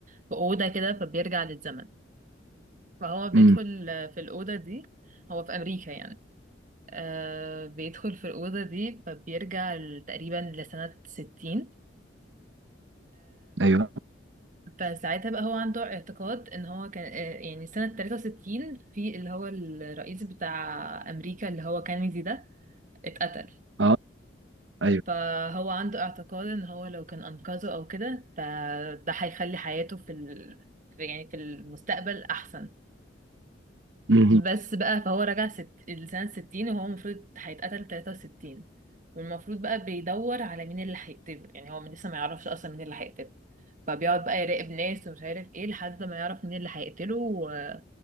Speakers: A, on the right; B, on the right.
A: في اوضه كده فبيرجع للزمن فهو بيدخل
B: امم
A: آه، في الاوضه دي هو في امريكا يعني آه بيدخل في الاوضه دي فبيرجع تقريبا لسنه 60
B: ايوه
A: فساعتها بقى هو عنده اعتقاد ان هو كان آه، يعني سنة 63 في اللي هو الرئيس بتاع امريكا اللي هو كينيدي ده اتقتل
B: اه ايوه
A: فهو عنده اعتقاد ان هو لو كان انقذه او كده ف- ده هيخلي حياته في ال... في- يعني في المستقبل احسن
B: مهم.
A: بس بقى فهو رجع ست... لسنة ستين وهو المفروض هيتقتل تلاتة وستين والمفروض بقى بيدور على مين اللي هيقتله يعني هو لسه ما يعرفش أصلا مين اللي هيقتله فبيقعد بقى يراقب ناس ومش عارف ايه لحد ما يعرف مين اللي هيقتله و-